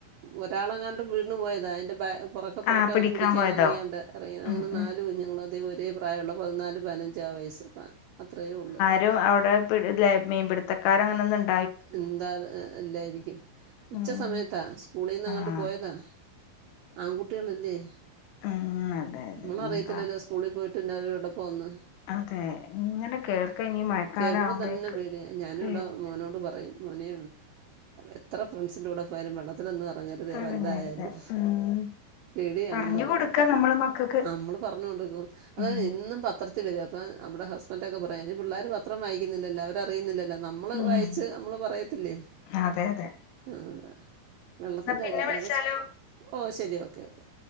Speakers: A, on the right (about 75°); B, on the left (about 90°).
A: ഒരാളെങ്ങാണ്ട് വീണ് പോയതാ അയിന്റെ പൊറകെ പൊറകെ
B: ആഹ് പിടിക്കാൻ
A: അവര് പിടിക്കാനെറെങ്ങിയാണ്ടാ
B: പോയതാവും
A: അങ്ങനെ
B: ഉം
A: നാല്
B: ഉം
A: കുഞ്ഞുങ്ങള് അതേ ഒരേ പ്രാ യവുള്ള പതിനാല് പതിനഞ്ചാ വയസ്സ് പ്രായം അത്രയേ ഒള്ള്
B: രും അവടെ പിട് മീംപിട്ത്തക്കാരങ്ങനൊന്നുണ്ടാ
A: എന്താ ഇല്ലായിരിക്കും ഉച്ച
B: ഉം
A: സമയത്താ സ്കൂളിന്നെങ്ങാണ്ട്
B: ആഹ്
A: പോയതാ ആങ്കുട്ടികളല്ലേ
B: ഉം അതെ അതെ
A: നമ്മളറിയത്തില്ലല്ലോ
B: എന്താ
A: സ്കു ളി പോയിട്ട് പിന്നവെരെവിടെ പോവ്ന്ന്
B: അതെ ഇങ്ങനെ കേൾക്കാ ഇനി മഴക്കാലം
A: കേക്കുമ്പോ
B: ആവുമ്പഴേക്ക്
A: തന്നെ പേടിയ ഞാനും
B: പേടി
A: ഇവ്ടെ മോനോ ടു പറയും മോനേ എത്ര ഫ്രണ്ട്സിന്റെ കൂടെ പോയാലും വെള്ളത്തിലൊന്നെറ ങ്ങര്ത്
B: അടങ്ങരുത്
A: വലുതായാലും
B: ഉം
A: പേടിയാണ്
B: പറഞ്ഞു
A: മ്മക്ക്
B: കൊടുക്ക നമ്മള് മക്കക്ക്
A: നമ്മള് പറഞ്ഞു കൊട്ക്കും അതെ
B: ഉം
A: എന്നും പത്രത്തിവെരും അപ്പൊ നമ്മടെ ഹസ്ബൻഡൊക്കെ പറയും അയ്ന് പിള്ളേര് പത്രം വായിക്കുന്നില്ലല്ലോ അവ രറിയുന്നില്ലല്ലോ നമ്മള്
B: ഉം
A: വായിച്ച് നമ്മള് പറയത്തില്ലേ
B: അതെ അതെ
A: ആഹ് അതെ വെള്ളത്തിന്റെറെ
B: ന്നാ പിന്നെ
A: കാര്യത്തി
B: വിളിച്ചാലോ
A: അതാ സു ഓ ശെരി ഓക്കെ ഓക്കെ